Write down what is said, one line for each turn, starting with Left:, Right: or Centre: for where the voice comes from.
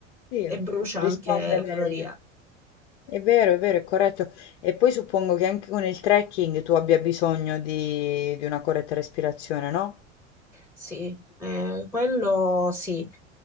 Left: Sì,
Centre: e brucia
Left: risponde
Centre: anche
Left: meglio.
Centre: calorie.
Left: È vero, è vero, è corretto. E poi suppongo che anche con il trekking tu abbia bisogno di, di una corretta respirazione, no?
Centre: Sì, eh, quello sì.